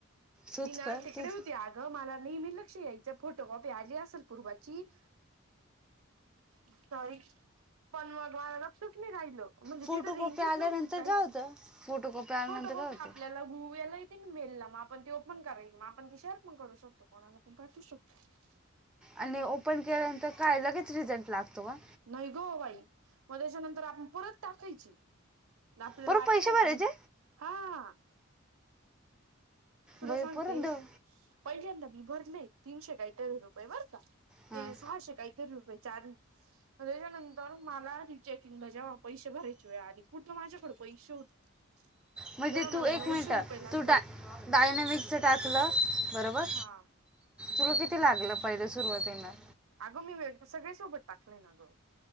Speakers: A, in the centre; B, on the right.
A: तूच
B: मी नाच
A: कर
B: इकडे
A: तूच
B: होते आज.... मला नेहमी लक्ष यायचं फोटोकॉपी आली असेल पूर्वाची.... सॉरी पण मग मला लक्षच नाही राहिल. म्हणजे
A: फोटो
B: तिथं रेंजच
A: कॉपी आल्यानंतर
B: नव्हती काहीच
A: काय होतं फोटो कॉपी आल्यानंतर
B: फोटो.....
A: काय होतं
B: आपल्याला गुगल येते मेल ला ओपन करायची ती शेअर पण करू शकतो.... कोणाला पण पाठवू शकतो....
A: आणि ओपन केल्यानंतर काय लगेच रिझल्ट लागतो का?
B: नाही ग बाई मग त्याच्यानंतर आपण परत टाकायची. आपल्याला
A: परत
B: वाटतंय
A: पैसे भरायचे
B: का हा? तुला
A: बाई
B: सांगते
A: परत द
B: पहिल्यांदा मी भरले तीनशे..... काही तेरा रुपये बर का
A: हां
B: सहाशे काहीतरी रुपये चार... म त्याच्यानंतर मला रिचेकिंगला जेव्हा पैसे भरायचे वेळ आली कुठ माझ्याकडं पैसे होते.
A: म्हणजे
B: तेव्हा
A: तू
B: मला
A: एक
B: नऊशे
A: मिनिट
B: रुपये लागले
A: तू
B: होते
A: डायनॅमिक टाकलं बरोबर....
B: हां....
A: तुला किती लागलं पहिलं सुरुवातीला....
B: अगं मी वे सगळ्या सोबत टाकले ना अगं...